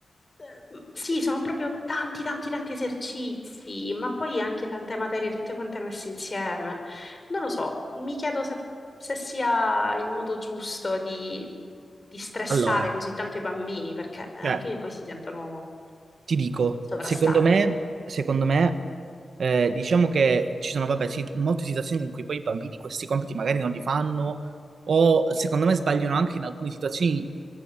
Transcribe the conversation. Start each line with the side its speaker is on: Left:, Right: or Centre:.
Left: eh, sì, sono proprio tanti, tanti, tanti esercizi, ma poi anche tante materie, tutte quante messe insieme. Non lo so, mi chiedo se, se sia il modo giusto di, di stressare
Right: allora,
Left: così tanto i bambini, perché eh, alla
Right: cioè,
Left: fine poi si sentono
Right: Ti dico,
Left: sovrastati.
Right: secondo me, secondo me, eh, diciamo che ci sono, vabbè, sì, molte situazioni in cui poi i bambini questi compiti magari non li fanno, o secondo me sbagliano anche in alcune situazioni